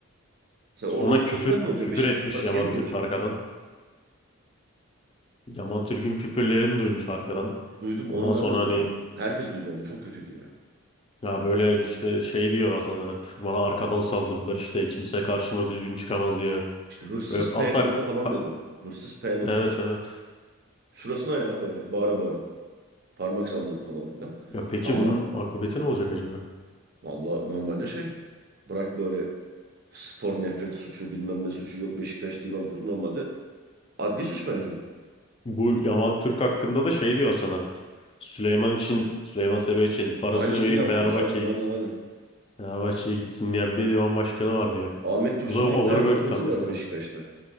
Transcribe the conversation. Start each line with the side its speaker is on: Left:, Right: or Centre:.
Right: Sen orada
Left: Sonra
Right: onu
Left: küfür
Right: görsen ne olacak?
Left: küfür
Right: Beşiktaş'ın
Left: etmiş
Right: parası
Left: Yaman
Right: geri mi
Left: Türk
Right: gelecek?
Left: arkadan. Yaman Türk'ün küfürlerini duymuş arkadan.
Right: Duydum
Left: Ondan
Right: onu ben
Left: sonra
Right: de duydum.
Left: hani
Right: Herkes duydu onu. Çok kötüydü ya.
Left: ya böyle işte şey diyor Hasan Arat. Bana arkadan saldırdılar işte kimse karşıma düzgün çıkamaz diyor.
Right: İşte hırsız
Left: Böyle hatta
Right: P nokta falan
Left: ka-
Right: dedi. Hırsız P nokta.
Left: evet evet.
Right: Şurasına ya böyle bağıra bağıra. Parmak salladı falan filan.
Left: Ya peki
Right: Ama
Left: bunun akıbeti ne olacak acaba?
Right: valla normalde şey bırak böyle spor nefret suçu bilmem ne suçu yok Beşiktaş Divan Kurulu normalde adli suç bence bu.
Left: Bu Yaman Türk hakkında da şey diyor Hasan Arat. Süleyman için Süleyman Sebe için parasını
Right: Aynısını
Left: vereyim
Right: yaptılar.
Left: Fenerbahçe'ye
Right: Aynen aynen
Left: gitsin.
Right: aynen.
Left: Fenerbahçe'ye gitsin diyen bir divan başkanı var diyor.
Right: Ahmet Dursun
Left: Bu da ağır
Right: diye bir tane futbolcu
Left: bir itham mesela.
Right: vardı Beşiktaş'ta.